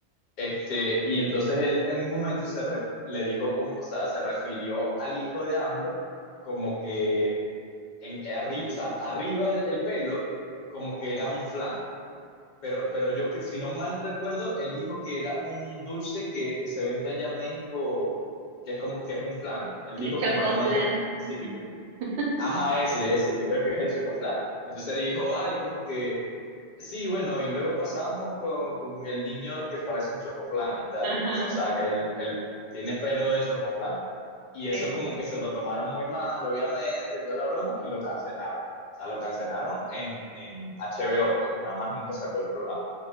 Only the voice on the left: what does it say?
Este, y entonces él en un momento se re- le dijo como, o sea, se refirió al hijo de AMLO como que en, eh, arri- o sea, arriba el, el pelo como que era un flan, pero, pero yo, cre- si no mal recuerdo, él dijo que era un dulce que, que se vende allá en México, que es como, que es un flan, él
dijo
como el nombre
específico.
Ajá, ese, ese, yo creo que es el chocoflan. Entonces dijo, ay, como que, sí, bueno, y luego pasamos con, con el niño que parece un chocoflan y tal.
Entonces, o sea, que él, él tiene pelo de chocoflan. Y
eso como que se lo tomaron muy mal, obviamente, toda la broma, y lo cancelaron. O sea, lo cancelaron en, en HBO, pues ya más nunca sacó el programa.